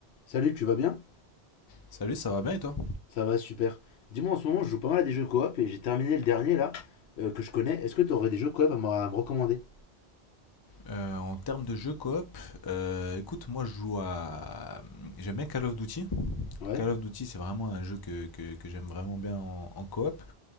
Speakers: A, on the left (about 75°); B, on the left (about 30°).
A: Salut, tu vas bien?
B: Salut, ça va bien et toi?
A: Ça va, super. Dis-moi, en ce moment, je joue pas mal à des jeux coop et j'ai terminé le dernier là, euh, que je connais. Est-ce que tu aurais des jeux coop à me, à me recommander?
B: Euh, en termes de jeux coop, euh, écoute, moi je joue à... J'aime bien Call of Duty.
A: Ouais?
B: Call of Duty, c'est vraiment un jeu que, que- que j'aime vraiment bien en, en coop.